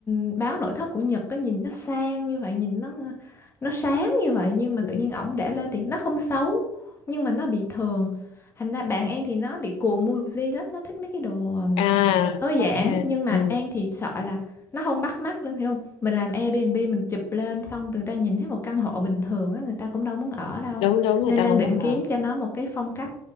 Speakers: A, on the left (about 25°); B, on the left (about 75°).
A: ừ, báo nội thất của Nhật á nhìn nó sang như vậy nhìn nó nó sáng như vậy nhưng mà
B: ừ.
A: tự nhiên ổng để lên thì nó không xấu nhưng mà nó bị thường thành ra bạn em thì nó bị cuồng Muji lắm nó thích mấy cái đồ à,
B: à
A: tối giản
B: ok
A: nhưng mà
B: ừ.
A: An thì sợ là nó không bắt mắt lên hiểu không mình làm Airbnb mình chụp lên xong người ta nhìn thấy một căn hộ bình thường á người ta cũng đâu muốn ở đâu
B: đúng đúng người
A: nên
B: ta
A: đang
B: không
A: định
B: muốn
A: kiếm
B: hả
A: cho nó một cái phong cách